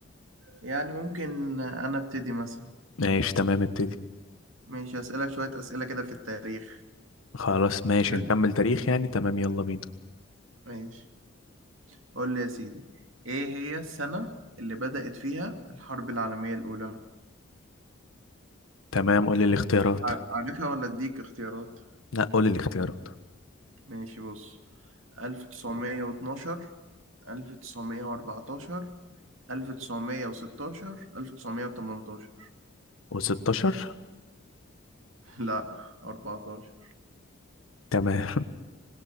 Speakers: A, on the right (about 75°); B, on the left (about 85°).
A: يعني ممكن انا ابتدي مثلا
B: ماشي تمام ابتدي
A: ماشي هسألك شوية أسئلة كده في التاريخ
B: خلاص ماشي
A: حلو
B: نكمل تاريخ يعني تمام يلا بينا
A: ماشي قول لي يا سيدي ايه هي السنة اللي بدأت فيها الحرب العالمية الأولى
B: تمام قول لي الاختيارات
A: ع- عارفها ولا اديك اختيارات
B: لا قول لي الاختيارات
A: ماشي بص 1912 1914 1916 1918
B: و16
A: <laughs> لا 14
B: تمام <laughs>